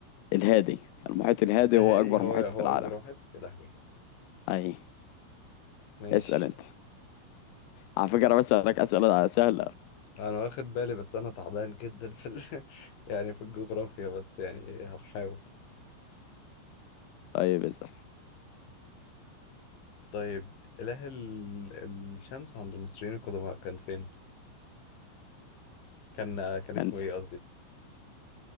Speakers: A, on the left; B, on the left.
A: الهادي المحيط الهادي
B: الاهلي
A: هو اكبر
B: هو
A: محيط
B: هو
A: في العالم
B: اكبر واحد يا لهوي
A: اي
B: ماشي
A: اسأل انت على فكرة بسألك أسئلة سهلة
B: انا واخد بالي بس انا تعبان جدا في ال... <laughs> يعني في الجغرافيا بس يعني هنحاول
A: طيب اسأل
B: طيب اله ال... الشمس عند المصريين القدماء كان فين كان كان
A: يعني
B: اسمه
A: انت
B: ايه قصدي